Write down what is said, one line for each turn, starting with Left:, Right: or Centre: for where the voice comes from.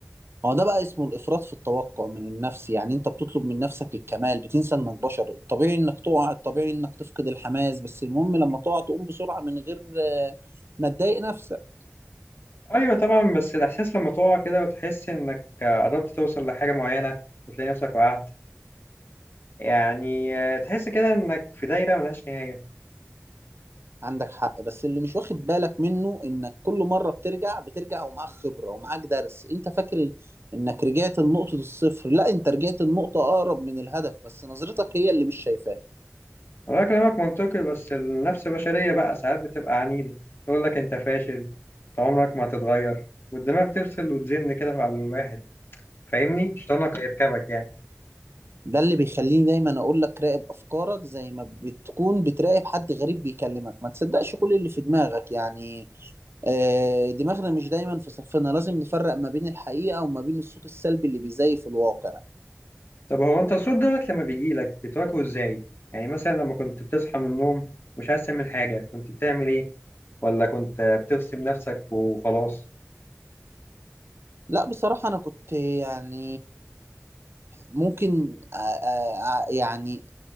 Right: هو ده بقى اسمه الإفراط في التوقع من النفس يعني أنت بتطلب من نفسك الكمال بتنسى إنك بشر الطبيعي إنك تقع الطبيعي إنك تفقد الحماس بس المهم لما تقع تقوم بسرعة من غير آه، ما تضايق نفسك
Left: أيوة طبعا بس الإحساس لما تقع كده وتحس إنك قربت توصل لحاجة معينة وتلاقي نفسك وقعت يعني آه، تحس كده إنك في دايرة ملهاش نهاية
Right: عندك حق بس اللي مش واخد بالك منه إنك كل مرة بترجع بترجع ومعاك خبرة ومعاك درس أنت فاكر إنك رجعت لنقطة الصفر لا أنت رجعت لنقطة أقرب من الهدف بس نظرتك هي اللي مش شايفاه
Left: انا كلامك منطقي بس النفس البشرية بقى ساعات بتبقى عنيدة تقول لك انت فاشل انت عمرك ما هتتغير والدماغ تفصل وتزن كده على الواحد فاهمني شيطانك يركبك يعني
Right: ده اللي بيخليني دايما اقول لك راقب افكارك زي ما بتكون بتراقب حد غريب بيكلمك ما تصدقش كل اللي في دماغك يعني آه، دماغنا مش دايما في صفنا لازم نفرق ما بين الحقيقة وما بين الصوت السلبي اللي بيزيف الواقع
Left: طب هو انت الصوت دوت لما بيجي لك بتواجهه ازاي يعني مثلا لما كنت بتصحى من النوم مش عايز تعمل حاجة كنت بتعمل ايه ولا كنت بترسم نفسك وخلاص
Right: لا بصراحة أنا كنت يعني ممكن أ- أ- أ- يعني